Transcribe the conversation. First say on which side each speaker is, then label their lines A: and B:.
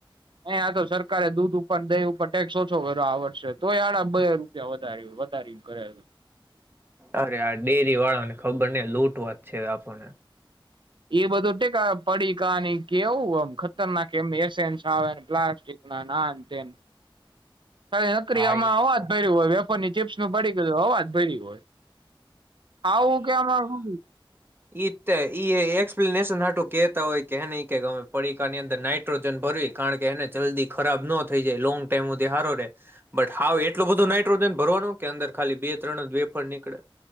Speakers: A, on the right (about 60°); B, on the right (about 25°).
A: એ આ તો સરકારે દૂધ ઉપર દહી ઉપર ટેક્સ ઓછો કર્યો આ વર્ષે તોય આડા બે રૂપિયા વધારે વધારી કરેલું.
B: અરે આ ડેરીવાળાને ખબર ને લૂંટવાત છે આપણને.
A: એ બધું ટેકા પડીકાની કેવું એમ ખતરનાક એમ એસેન્સ આવે પ્લાસ્ટિક ના ના આન તેન. કા નકરીમાંવા
B: હા ઈ જ તો
A: ભરી હોય ઉપરની ચીપ્સ નું પડી ગયું હવા જ ભરી હોય. આવુ હું કેમા હો
B: એ એક્સપ્લેનેશન આટું કેહેતા હોય કે એ નહી કે ગમે પડીકાની અંદર નાઈટ્રોજન ભરવી કારણ કે એને જલ્દી ખરાબ ન થઈ જાય લોંગ ટાઈમધી હારો રે બટ હાવ એટલું બધું નાઈટ્રોજન ભરવાનું કે અંદર ખાલી બે ત્રણ જ બેફર નીકળે